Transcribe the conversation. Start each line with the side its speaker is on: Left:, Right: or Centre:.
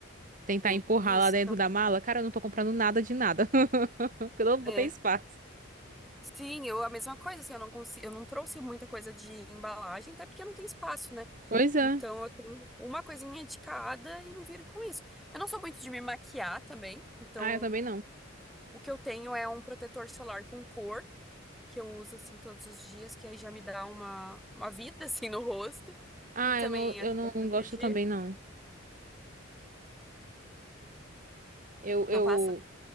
Right: tentar
Centre: Tem
Right: empurrar
Centre: isso
Right: lá dentro
Centre: também.
Right: da mala, cara, eu não tô comprando nada de nada. <laughs> Porque eu não vou
Centre: É.
Right: ter espaço.
Centre: Sim, eu a mesma coisa, assim, eu não consigo, eu não trouxe muita coisa de embalagem, até porque não tem espaço, né?
Right: Pois é.
Centre: Então eu tenho uma coisinha de cada e me viro com isso. Eu não sou muito de me maquiar também, então
Right: Ah, eu também não.
Centre: o que eu tenho é um protetor solar com cor, que eu uso assim todos os dias, que aí já me dá uma, uma vida <laughs> assim no rosto
Right: Ah,
Centre: e também
Right: eu não, eu
Centre: ajuda
Right: não
Centre: a proteger.
Right: gosto também, não. Eu,
Centre: Não
Right: eu.
Centre: passa?